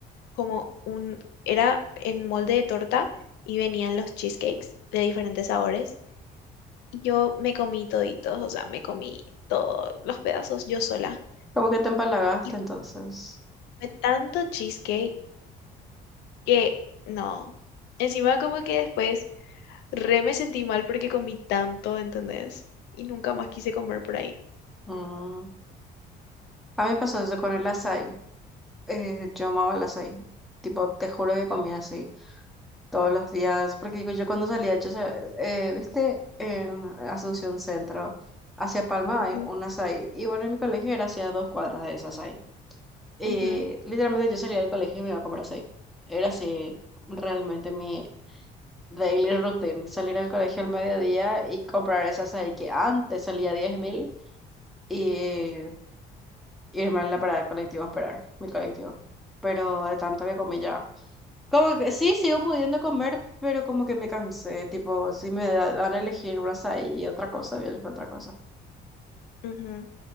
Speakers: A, on the left; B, in the centre.
A: como un, era en molde de torta y venían los cheesecakes de diferentes sabores. Y yo me comí toditos, o sea, me comí todos los pedazos yo sola.
B: Como que te empalagaste
A: Y
B: entonces.
A: fue tanto cheesecake que no. Encima como que después Re me sentí mal porque comí tanto, ¿entendés? Y nunca más quise comer por ahí.
B: Mm. A mí me pasó eso con el açaí. Eh, yo amaba las açaí. Tipo, te juro que comía así todos los días. Porque digo, yo cuando salía, yo, sa- eh, viste, en Asunción Centro, hacia Palma
A: Ujú,
B: hay un açaí. Y bueno, en mi colegio era hacia dos cuadras de ese açaí. Y
A: ujú,
B: literalmente yo salía del colegio y me iba a comer açaí. Era así, realmente mi daily routine. Salir del colegio al mediodía y comprar ese açaí que antes salía 10.000 y irme a la parada del colectivo a esperar mi colectivo. Pero de tanto que comí ya. Como que sí, sigo pudiendo comer, pero como que me cansé. Tipo, si me da- dan a elegir una y otra cosa, voy a elegir otra cosa.
A: ujú.